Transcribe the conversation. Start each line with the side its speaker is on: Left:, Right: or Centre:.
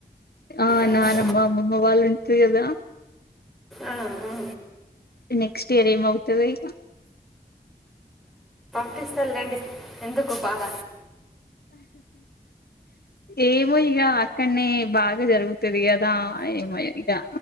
Left: ఆ
Centre: ఉమ్,
Left: నానమ్మ అమ్మమ్మ వాళ్ళు ఉంటర్ కదా
Centre: ఆ ఆ
Left: నెక్స్ట్ ఇయర్ ఏంమవుతదో ఇగ
Centre: పటిస్తర్ లేండి ఎందుకు బాధ
Left: ఏమో ఇగా అక్కడనే బాగ్ గా జరుగుతది కదా ఏమో ఇగా